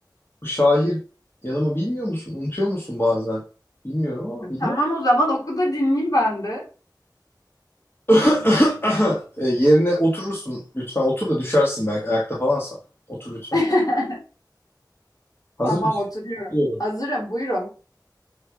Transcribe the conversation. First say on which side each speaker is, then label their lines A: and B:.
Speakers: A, on the left; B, on the left.
A: bu şair yanımı bilmiyor musun? Unutuyor musun bazen? Bilmiyorum ama biliyor
B: Tamam
A: musun?
B: o zaman oku da dinleyeyim ben de.
A: <coughs> E, yerine oturursun. Lütfen otur da düşersin belki ayakta falansan. Otur lütfen.
B: <laughs>
A: Hazır
B: Tamam
A: mısın?
B: oturuyorum.
A: Bekliyorum.
B: Hazırım buyurun.